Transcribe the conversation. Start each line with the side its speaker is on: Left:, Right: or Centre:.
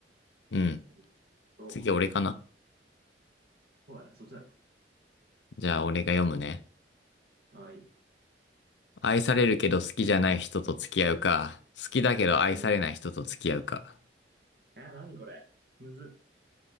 Left: うん。
Right: えっと、
Left: 次俺かな。
Right: そうだね、そっちだ。
Left: じゃあ俺が読むね。
Right: はい。
Left: 愛されるけど好きじゃない人と付き合うか、好きだけど愛されない人と付き合うか。
Right: うん。えー、何これむずっ。